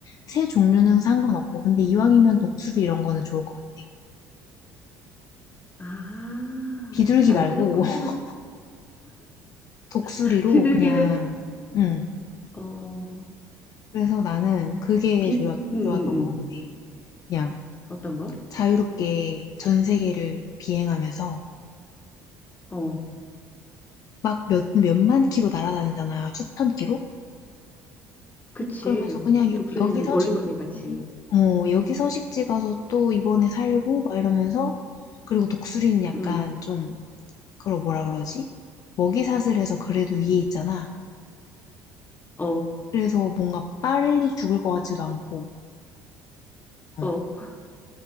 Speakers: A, on the left; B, on the left.
A: 새 종류는 상관없고 근데 이왕이면 독수리 이런 거는 좋을 것 같아.
B: 아,
A: 비둘기
B: 날개도
A: 말고
B: 크고
A: <laughs> 독수리로
B: <laughs> 비둘기는
A: 그냥 응.
B: 어,
A: 그래서 나는 그게
B: 빛
A: 좋았,
B: 응,
A: 좋았던
B: 응, 응.
A: 것 같아. 그냥
B: 어떤 거?
A: 자유롭게 전 세계를 비행하면서
B: 어,
A: 막 몇, 몇만 키로 날아다니잖아. 수천 키로?
B: 그치.
A: 그러면서 그냥 여,
B: 독수리는
A: 여기 서식지,
B: 멀리 멀리 같이.
A: 어, 여기 서식지 가서 또 이번에 살고 막 이러면서 그리고 독수리는 약간
B: 응. 응.
A: 좀 그걸 뭐라 그러지? 먹이사슬 해서 그래도 위에 있잖아.
B: 어,
A: 그래서 뭔가 빨리 죽을 것 같지도 않고, 어.
B: 어, <laughs>